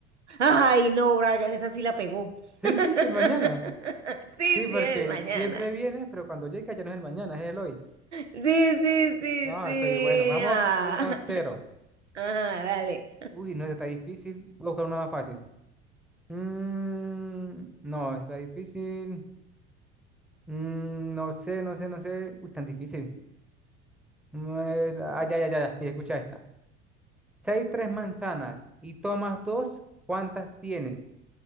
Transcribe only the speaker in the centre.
Sí, sí,
El Mañana.
Sí,
porque
siempre viene, pero cuando llega ya no es el mañana, es el hoy.
No,
soy bueno. Vamos
uno cero.
Uy, no, esta está difícil. Voy a buscar una más fácil. Mm, no, esta está difícil. Mm, no sé, no sé, no sé. Uy, tan difícil. Mm, eh, ah, ya, ya, ya, ya. Mira, escucha esta. Si hay tres manzanas y tomas dos, ¿cuántas tienes?